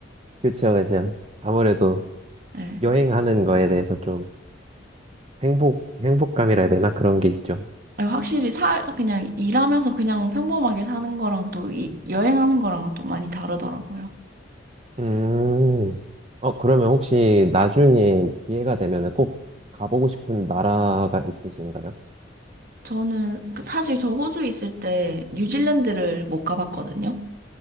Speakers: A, on the right (about 30°); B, on the right (about 50°).
A: 그쵸, 그쵸. 아무래도
B: 네.
A: 여행하는 거에 대해서 좀 행복, 행복감이라 해야 되나? 그런 게 있죠.
B: 아니, 확실히 살, 그냥 일하면서 그냥 평범하게 사는 거랑 또 이, 여행하는 거랑은 또 많이 다르더라고요.
A: 음, 어, 그러면 혹시 나중에 기회가 되면 꼭 가보고 싶은 나라가 있으신가요?
B: 저는 그 사실 저 호주 있을 때 뉴질랜드를 못 가봤거든요.